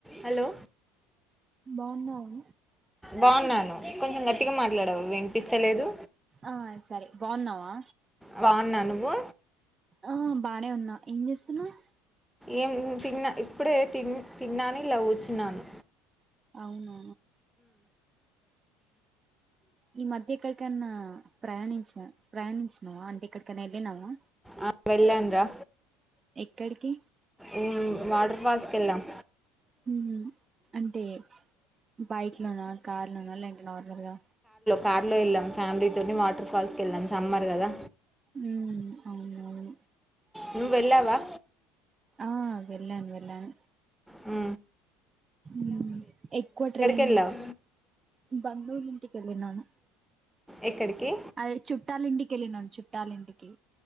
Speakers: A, in the centre; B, on the right.
A: హలో
B: బాగున్నావ
A: బాగున్నాను కొంచెం గట్టిగా మాట్లాడవ వినిపిస్తలేదు
B: ఆ సరే బాగున్నావా
A: బావున్నా నువ్వు
B: ఆ బానే ఉన్నా ఏం చేస్తున్నావ్
A: ఏం తిన్నా ఇప్పుడే తి తిన్నాను ఇలా కూచున్నాను
B: అవునా ఈ మధ్య ఎక్కడికన్నా ప్రయాణించా ప్రయాణించినవా అంటే ఏక్కడికైనా వెళ్ళినావా
A: ఆ వెళ్ళను రా
B: ఎక్కడికి
A: ఉ వాటర్ వాటర్ ఫాల్స్ కెళ్ళాం
B: ఉ అంటే బైక్ లోనా కార్ లోనా లేదంటే నార్ గా
A: కార్ లో వెళ్ళాం ఫ్యామిలీ వాటర్ ఫాల్స్ కి వెళ్ళాం సమ్మర్ కదా
B: ఉమ్ అవునవును
A: నువ్వు వెళ్ళావా
B: ఆ వెళ్ళాను వెళ్లాను
A: హు
B: హూ ఎక్కువ ట్రైన్
A: వెళ్ళావు
B: బంధువులు ఇంటికి వెళ్ళినాను
A: ఎక్కడికి
B: అదే చుట్టాలింటికి వెళ్ళినాను చుట్టాలింటికి